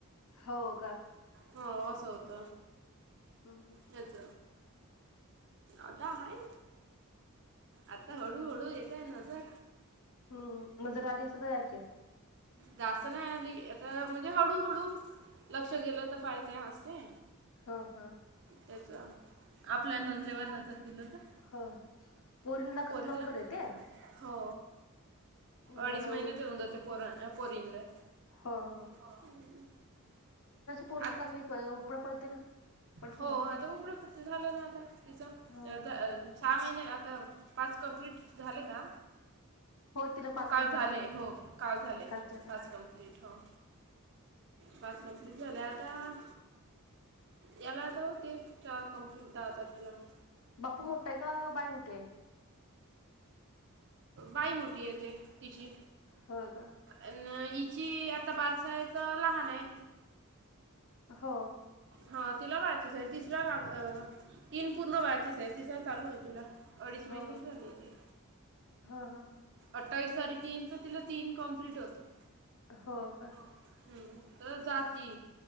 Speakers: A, on the left (about 80°); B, on the right (about 55°).
A: हो का
B: हो अस होत.
A: हम्म हम्म
B: हेच आता हाय. आता हळूहळू
A: हम्म
B: येतय नजर.
A: हम्म, नजर आली सगळ यायचे.
B: जास्त नाही आली. आता म्हणजे हडुहळू लक्ष गेल तर पाहिते हसते.
A: ह ह
B: त्याच्या आपल्या नजरेवर नजर गेल तर.
A: हो पोरीनला
B: पोरीला
A: कस लवकर येते.
B: हो
A: मुलाला
B: अडीच महिन्यात येऊन जाते पोरा अ पोरींनला.
A: हो हो
B: <unintelligible>
A: पोरगी
B: आत,
A: चांगली उपळा पडते ना पलटी
B: हो
A: मारते
B: आता उघड पडत झाल ना आता. तिचा
A: हो
B: सहा महिने आता पाच कंप्लीट झाले का.
A: तिला
B: हो
A: पाच
B: काल
A: कंप्लीट
B: झाले.
A: ना
B: हो काल झाले
A: कालच्या ना
B: पाच कंप्लीट हो. पाच कंप्लीट झाल्या आता, याला आता होतील चार कम्प्लेंट दहा तारखेला मग.
A: बापू मोठ आहे का बाई मोठी आहे.
B: बाई मोठी येते तिची.
A: हो का
B: अ न हीची, आता बारस आहे तर लहान आहे.
A: हो
B: हा, तीला माहितीच आहे तिसरा लाग अ तीन पूर्ण व्हायचेच आहे. तिसरा चालू हाय तीला. अडीच महिनेच
A: हो
B: झालीये ते.
A: हो हो
B: अठ्ठावीस तारीख येईन तर तिला तीन कम्प्लीट होतील.
A: हो का
B: हम्म, तर जाती